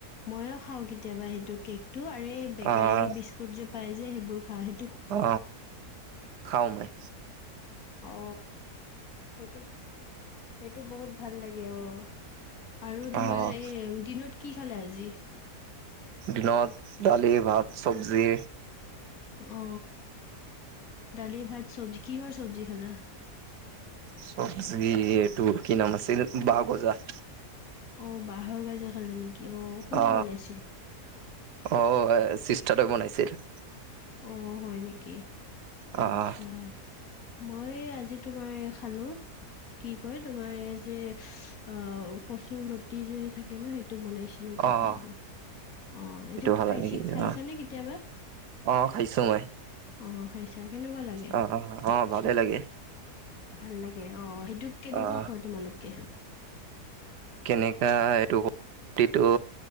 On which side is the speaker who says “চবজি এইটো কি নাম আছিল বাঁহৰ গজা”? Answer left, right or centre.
Right